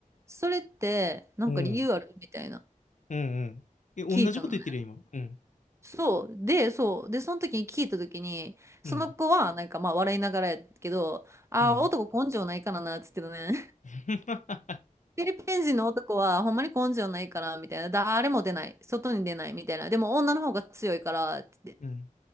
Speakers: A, on the right; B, on the left.
A: それって、なんか理由あるみたいな、
B: おー、うん、うん。え、
A: 聞いたのね。
B: 同じこと言ってるよ、今。うん、
A: そう。で、そう。で、その時に聞いた時に、
B: うん、
A: その子はなんかまあ笑いながらやけど、ああ、
B: うん。
A: 男根性ないからな、っつってたね。
B: <laughs>
A: フィリピン人の男はほんまに根性ないから、みたいな。誰も出ない。外に出ない、みたいな。でも女の方が強いから、って
B: うん、